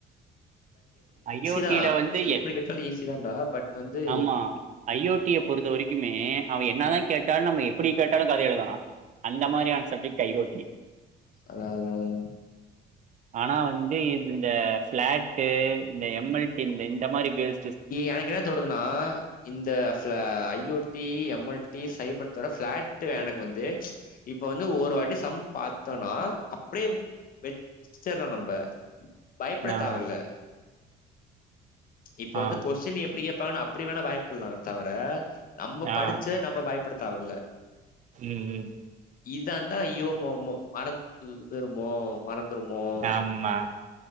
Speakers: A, on the right; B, on the left.
A: ஐ ஓ
B: தா
A: டில வந்து
B: எப்டி கேட்டாலு ஈஸி தான்டா பட் வந்து
A: ஆமா எப் அ ஐ ஓ டி பொறுத்த வரைக்குமே அவ என்ன தா கேட்டாலு நம்ம எப்படி கேட்டாலு கதை எழுதலா அந்த மாதிரியான சப்ஜெக்ட் ஐ ஓ டி
B: அத அத
A: ஆனா வந்து இ இந்த பிளாட்டு இந்த எம் எல் டி இந்த இந்த மாரி பேஸ்
B: எனக்கு என்ன தோனுதுனா இந்த பிளா I I O T M எல்ட் D சை பரத்துர பிளாட் எனக்கு வந்து இப்ப வந்து ஒரு வாட்டி சம் பாத்தோனா அப்டியே வெச்சிற நம்ம பயப்படத்தேவல
A: நான்
B: இப்ப
A: ஆ
B: வந்து கொஸ்டின் எப் எப்படி கேட்பாங்கன்னா அப்டி வேணா பயப்புலாமே தவிர நம்ம
A: ஆ
B: படிச்ச நம்ம பயப்படுத்த தவல
A: ம் ம்
B: இதந்தா ஐயோ ம ம மறந்து போயிருமோ மறந்துருமோ
A: ஆமா